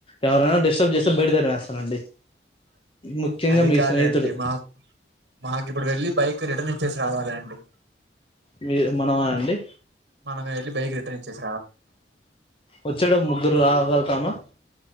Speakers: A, on the left; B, on the right.
A: ఎవరైనా డిస్టర్బ్ చేస్తే బయటికి తరిమేస్తానండి. ముఖ్యంగా
B: అది
A: మీ
B: కాదండి.
A: స్నేహితుడు
B: మాకు మాకు ఇప్పుడు వెళ్ళి బైక్ రిటర్న్ చ్చే శ్రావలండి.
A: మీర్ మనవా అండి.
B: మనమ్ ఏళ్ళి బైక్ రిటర్న్ ఇచ్చేస్
A: వచ్చాడం ముగ్గురు రాగల్తామా